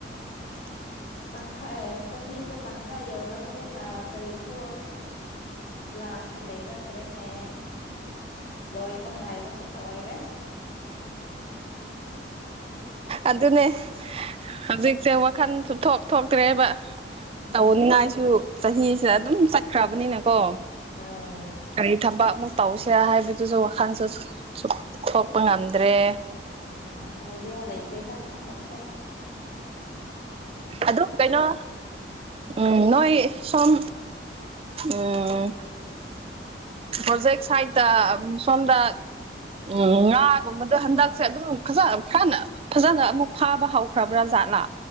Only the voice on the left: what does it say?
ꯇꯪꯈꯥꯏ ꯆꯍꯤꯁꯦ ꯇꯪꯈꯥꯏ ꯌꯧꯔꯕꯅꯤꯅ ꯀꯔꯤꯁꯨ ꯄ꯭ꯂꯥꯟꯁꯦ ꯂꯩꯔꯛꯇ꯭ꯔꯦꯅꯦ ꯂꯣꯏꯕ ꯉꯥꯏꯕ ꯈꯛꯇ ꯑꯣꯏꯔꯦ
ꯎꯝ
ꯎꯝ
ꯍꯣꯏ
ꯎꯝ ꯍꯥꯏꯗꯦ ꯂꯩꯇꯦꯗ ꯑꯟꯗꯛꯁꯦ